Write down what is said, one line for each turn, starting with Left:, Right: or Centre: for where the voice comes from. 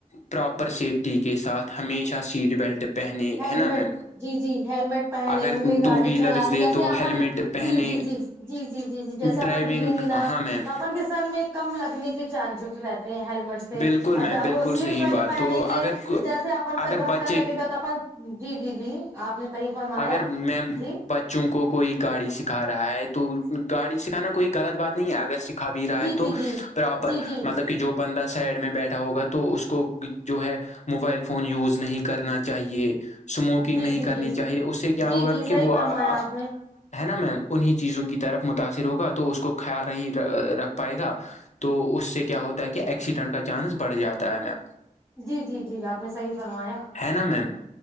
Left: پراپر سیفٹی کے ساتھ ہمیشہ سیٹ بیلٹ پہنے
Right: ہیللمٹ
Left: ہے نا میم
Right: جی جی ہیللمٹ پہنے
Left: اگر
Right: ہوئے گاڑی
Left: ٹو ویلرز
Right: چلائے
Left: دے
Right: جیسے
Left: تو
Right: اپن
Left: ہیلمٹ پہنے
Right: جی جی جی جی جی جی جی جیسے
Left: ڈرائیونگ
Right: اپن گریں گے نا
Left: ہاں میم
Right: تو اپن کے سر میں کم لگنے کے چانسز رہتے ہیں ہیللمٹ اور
Left: بالکل میم بالکل
Right: وہ سیٹ
Left: صحیح
Right: بیلٹ
Left: بات
Right: پہنیں
Left: تو
Right: گے
Left: اگر
Right: تو جیسے اپن کا
Left: اگر
Right: دھککا
Left: بچے
Right: لگے گا تو اپن جی جی جی آپ نے صحیح فرمایا
Left: اگر میم
Right: جی
Left: بچوں کو کوئی گاڑی سکھا رہا ہے تو گاڑی سکھانا کوئی غلط بات نہیں ہے اگر کھا بھی رہا
Right: جی
Left: ہے
Right: جی
Left: تو
Right: جی
Left: پراپر
Right: جی جی
Left: مطلب کہ جو بندہ سائڈ میں بیٹھا ہوگا تو اس کو جو ہے موبائل فون یوز نہیں کرنا چاہیے اسموکنگ
Right: جی
Left: نہیں
Right: جی
Left: کرنی
Right: جی
Left: چاہیے اس سے کیا
Right: جی
Left: ہوگا
Right: جی
Left: کہ
Right: صحیح
Left: وہپ
Right: فرمایا آپ نے
Left: ہے نا میم انہیں چیزوں کی طرف متاثر ہوگا تو اس کو خیال نہیں رکھ پائے گا تو اس سے کیا ہوتا ہے کہ ایکسیڈنٹ کا چانس بڑھ جاتا ہے میم
Right: جی جی جی جی آپ نے صحیح فرمایا
Left: ہے نا میم